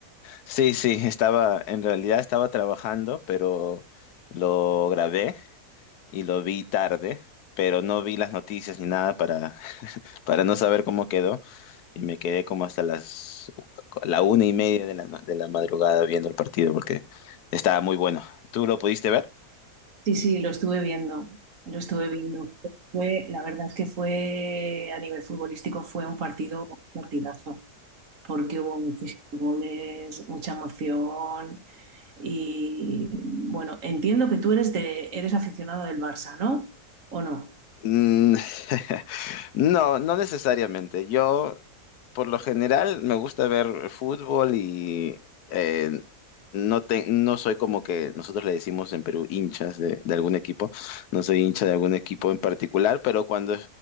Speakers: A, on the left; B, on the right.
A: Sí, sí, estaba, en realidad estaba trabajando, pero lo grabé y lo vi tarde, pero no vi las noticias ni nada para, para no saber cómo quedó y me quedé como hasta las la una y media de la, no- de la madrugada viendo el partido porque estaba muy bueno. ¿Tú lo pudiste ver?
B: Sí, sí, lo estuve viendo, lo estuve viendo. Fue, la verdad es que fue, a nivel futbolístico, fue un partido un partidazo, porque hubo muchísimos goles, mucha emoción y, bueno, entiendo que tú eres de, eres aficionado del Barça, ¿no? ¿O no?
A: Mm, <laughs> No, no necesariamente. Yo, por lo general, me gusta ver fútbol y eh, no, te- no soy como que nosotros le decimos en Perú hinchas de, de algún equipo. No soy hincha de algún equipo en particular, pero cuando